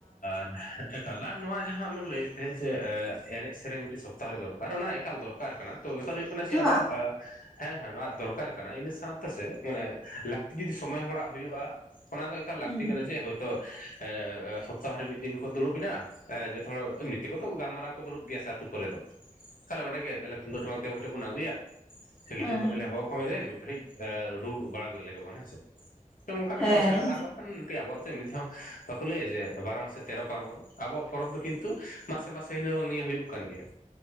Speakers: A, on the left; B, in the centre.
A: ᱟᱨ <unintelligible> ᱱᱚᱣᱟ ᱡᱟᱦᱟᱸ ᱟᱢᱮᱢ ᱞᱟᱹᱭᱮᱫ ᱛᱟᱦᱮᱸᱫ ᱥᱮ ᱮᱸ ᱮᱱᱮᱡ ᱥᱮᱨᱮᱧ ᱢᱤᱜᱴᱤᱡ ᱥᱚᱯᱛᱟ ᱨᱮ ᱫᱚᱨᱠᱟᱨ ᱚᱱᱟ ᱮᱠᱟᱞ ᱫᱚᱨᱠᱟᱨ ᱠᱟᱱᱟ ᱛᱚ ᱵᱮᱯᱟᱨ ᱦᱩᱭᱩᱜ ᱠᱟᱱᱟ ᱥᱮ
B: ᱦᱮᱸ
A: ᱟᱵᱚᱣᱟᱜ
B: ᱵᱟᱝ
A: ᱟᱸ ᱦᱮᱸ ᱦᱮᱸ ᱱᱚᱣᱟ ᱫᱚᱨᱠᱟᱨ ᱠᱟᱱᱟ ᱤᱱᱟᱹ ᱥᱟᱶᱛᱮ ᱥᱮ ᱢᱟᱱᱮ ᱞᱟᱹᱠᱛᱤ ᱡᱩᱫᱤ ᱥᱚᱢᱚᱭ ᱦᱚᱲᱟᱜ ᱦᱩᱭᱩᱜᱼᱟ, ᱚᱱᱟ ᱫᱚ ᱮᱠᱟᱞ ᱞᱟᱹᱠᱛᱤ
B: ᱦᱩᱸ
A: ᱠᱟᱱᱟ ᱡᱮ ᱦᱳᱭᱛᱳ ᱮᱸ ᱮ ᱥᱚᱯᱛᱟᱦᱚᱨᱮ ᱢᱤᱫ ᱫᱤᱱ ᱠᱚ ᱫᱩᱲᱩᱵ ᱮᱱᱟ ᱮ ᱡᱚᱛᱚ ᱦᱚᱲ ᱢᱤᱫ ᱛᱮᱠᱚ ᱛᱚ ᱜᱟᱞᱢᱟᱨᱟᱣ ᱠᱚ ᱫᱩᱲᱩᱵ ᱜᱮᱭᱟ ᱥᱮ ᱟᱛᱩ ᱠᱚᱨᱮ ᱫᱚ ᱛᱟᱦᱚᱞᱮ ᱚᱸᱰᱮ ᱜᱮ ᱛᱟᱦᱚᱞᱮ ᱛᱩᱢᱫᱟᱜ ᱴᱟᱢᱟᱠ ᱛᱮ ᱠᱟᱴᱤᱡ ᱵᱚᱱ ᱟᱹᱜᱩᱭᱟ ᱜᱤᱫᱽᱨ
B: ᱦᱮᱸ
A: ᱠᱚ ᱛᱟᱞᱚᱞᱮ ᱦᱚᱦᱚ ᱠᱚᱢ ᱫᱮᱱ ᱢᱤᱫ ᱜᱷᱟᱹᱲᱤᱡ ᱨᱩ ᱵᱟᱲᱟ ᱞᱮᱜ ᱵᱚᱱ ᱦᱮᱸᱥᱮ ᱛᱚ ᱚᱱᱠᱟ
B: ᱦᱮᱸᱭ
A: ᱠᱟᱛᱮ ᱦᱚᱸ ᱥᱮᱬᱟ ᱟᱨ ᱵᱟᱠᱷᱟᱱ ᱢᱤᱫᱴᱤᱡ ᱟᱵᱚᱣᱟᱜ ᱥᱮᱜ ᱢᱤᱫᱽ ᱫᱷᱟᱣ ᱯᱟ ᱠᱩ ᱞᱟᱹᱭᱟ ᱡᱮ ᱵᱟᱨᱚ ᱢᱟᱥᱮ ᱛᱮᱨᱚ ᱯᱟᱨᱵᱚᱱ ᱟᱵᱚᱣᱟᱜ ᱯᱚᱨᱚᱵᱽ ᱫᱚ ᱠᱤᱱᱛᱩ ᱢᱟᱥᱮ ᱢᱟᱥᱮ ᱤᱱᱟᱹ ᱵᱟᱝ ᱱᱤᱭᱟᱹ ᱦᱩᱭᱩᱜ ᱠᱟᱱ ᱜᱮᱭᱟ